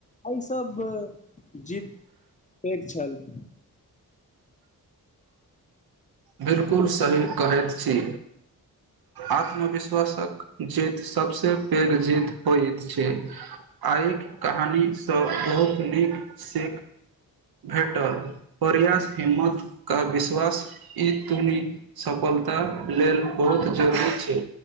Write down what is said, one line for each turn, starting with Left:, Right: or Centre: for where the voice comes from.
Left: एहि सब खूब जीत पैघ छल <inaudible>
Right: बिलकुल सही कहैत छी आत्मविश ्वासक जीत सबसे पैघ जीत होइत छै आइक कहानीसँ बहुत नीक सीख भेटल प्रयास हिम्मत क विश्वास ई तुनि सफलता लेल बहुत जरूरी छै